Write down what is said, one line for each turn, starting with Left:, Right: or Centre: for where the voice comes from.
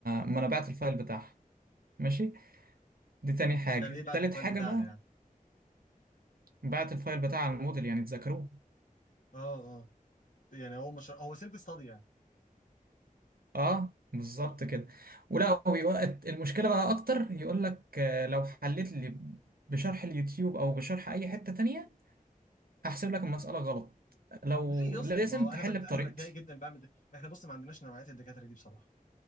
Right: ما انا بعت الفايل بتاعها ماشي دي تاني حاجة
Left: يعني ايه بعت
Right: تالت
Left: الفايل
Right: حاجة
Left: بتاعها
Right: بقى
Left: يعني؟
Right: بعت الفايل بتاع الموديل يعني تذاكروه
Left: اه اه يعني هو مش هو سيلف ستادي يعني
Right: اه بالظبط كده ولا هو يقول- المشكله بقى اكتر يقول لك آه، لو حليت لي بشرح اليوتيوب او بشرح اي حته تانية هحسب لك المساله غلط لو
Left: ليه يا اسطى
Right: لازم
Left: ما هو
Right: تحل
Left: انا بد...
Right: بطريقتي
Left: انا بتضايق جدا بعمل ده احنا بص ما عندناش نوعيه الدكاتره دي بصراحه